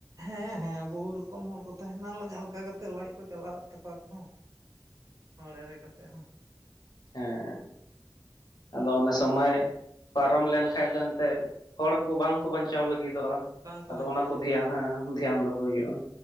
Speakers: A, on the right; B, on the left.
A: ᱦᱮᱸ ᱦᱮᱸ ᱵᱚᱦᱩ ᱨᱚᱠᱚᱢ ᱦᱚᱲ ᱠᱚ ᱛᱟᱦᱮᱱᱟ ᱡᱷᱟᱦᱟ ᱞᱮᱠᱟ ᱠᱟᱛᱮᱜ ᱞᱟᱡ ᱠᱚ ᱪᱟᱞᱟᱣᱮᱫ ᱛᱟᱠᱚᱣᱟ ᱠᱚ ᱦᱚᱲ ᱮᱲᱮ ᱠᱟᱛᱮ ᱦᱚᱸ᱾
B: ᱦᱮᱸᱻ ᱟᱫᱚ ᱚᱱᱟ ᱥᱚᱢᱚᱭ ᱯᱟᱨᱚᱢ ᱞᱮᱱᱠᱷᱟᱡ ᱫᱚ ᱮᱱᱛᱮᱫ ᱦᱚᱲ ᱠᱚ ᱵᱟᱝᱠᱚ ᱵᱟᱧᱪᱟᱣ ᱞᱟᱹᱜᱤᱫᱚᱜ-ᱟ᱾
A: ᱵᱟᱝᱠᱚ
B: ᱟᱫᱚ
A: ᱵᱟᱧᱪᱟᱣ
B: ᱚᱱᱟ
A: ᱞᱟᱹᱜᱤᱫᱚᱜ
B: ᱠᱚ ᱫᱷᱮᱭᱟ ᱦᱮᱸ ᱫᱷᱮᱭᱟᱱ ᱫᱚᱦᱚ ᱦᱳᱭᱳᱜ-ᱟ᱾